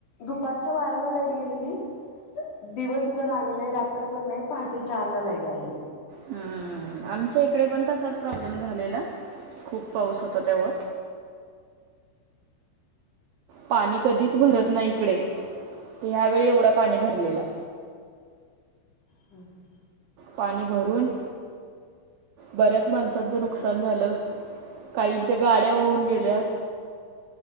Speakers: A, on the left (about 40°); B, on the right (about 80°).
A: दुपारच्या बाराला लाईट गेलेली. दिवसभर आली नाही रात्रभर नाही पहाटे चार ला लाईट आलेली.
B: हम्म, आमच्या इकडे पण तसाच प्रॉब्लेम झालेला खूप पाऊस होता तेव्हा. पाणी कधीच भरत नाही इकडे ते ह्यावेेळी एवढा पाणी भरलेला.
A: हम्
B: पाणी भरून बऱ्याच माणसांचं नुकसान झालं. काहींच्या गाड्या वाहून गेल्या.